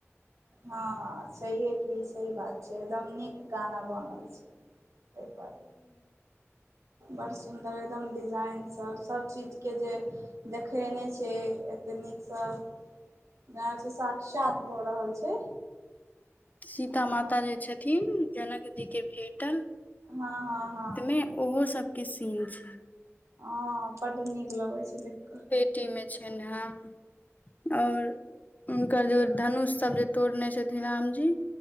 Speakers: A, on the right; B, on the left.
A: हां सहिये की। ई सही बात छै एकदम नीक गाना बनल छै ओइ पर। बड़ सुन्दर एकदम डिजाइन सभ सभचीजके जे। देखेने छै एतेक नीकसँ। यैह छै साक्षात भऽ रहल छै।
B: सीता
A: हँ
B: माता जे छथिन जनक जीके भेटल।
A: हँ हँ हँ।
B: मे ओहो सब के सीन छै।
A: हँ बड्ड नीक लगैत छै देख कऽ।
B: पेटी में छैन्ह हन और हुनकर जे धनुष सब जे तोड़ने छथिन रामजी